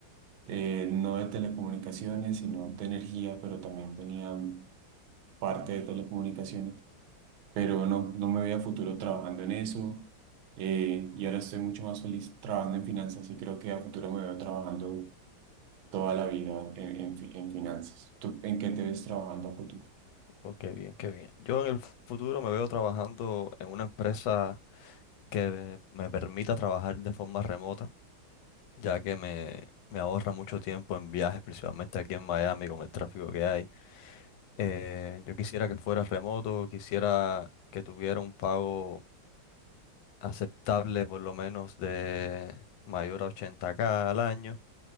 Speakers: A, on the right (about 80°); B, on the left (about 80°).
A: eh, no de telecomunicaciones, sino de energía, pero también tenía parte de telecomunicaciones pero no, no me veía a futuro trabajando en eso. eh, y ahora estoy mucho más feliz trabajando en finanzas y creo que a futuro me veo trabajando toda la vida en, en, fi- en finanzas. ¿Tú en qué te
B: O-
A: ves trabajando a futuro?
B: o qué bien, qué bien. Yo en el futuro me veo trabajando en una empresa que me permita trabajar de forma remota ya que me, me ahorra mucho tiempo en viajes, principalmente aquí en Miami con el tráfico que hay. Eh, yo quisiera que fuera remoto, quisiera que tuviera un pago aceptable por lo menos de mayor a 80K al año,